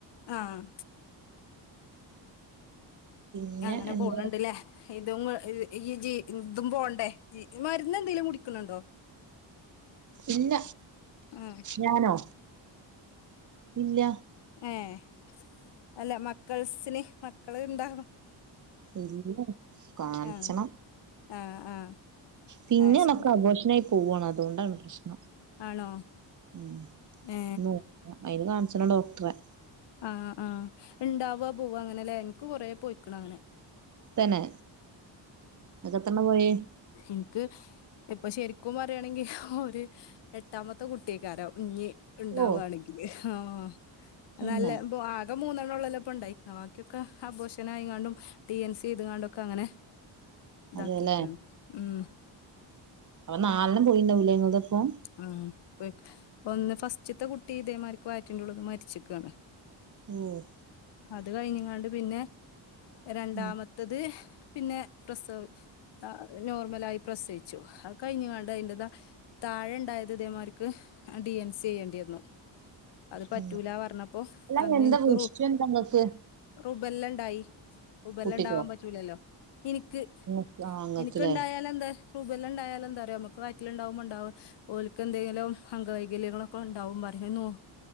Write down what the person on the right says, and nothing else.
പിന്നെ
എന്താ
ഇല്ല
ഞാനോ ഇല്ല
ഇല്ല കാൺച്ചണം
പിന്നെ
ണൊക്കെ ആഭോഷനായി പോവാണ് അതോണ്ടാണ് പ്രശ്നം
ഉം
നോക്ക അയിന് കാണിച്ണ ഡോക്ടറെ
തന്നെ അൻകെത്രണ്ണ പോയേ
ഓ
തന്നെ
അതെല്ലേ
അപ്പൊ നാലണ്ണം പോയിണ്ടാഉലെ ങ്ങള്തപ്പം
ഓഹ്
ഉം
തന്നെ
അല്ല
എന്താ
വിഷയം
എന്താ ഇങ്ങക്ക്
കുട്ടിക്കോ
ഇങ്ങക്ക് ആ ഇങ്ങക്ക്ല്ലേ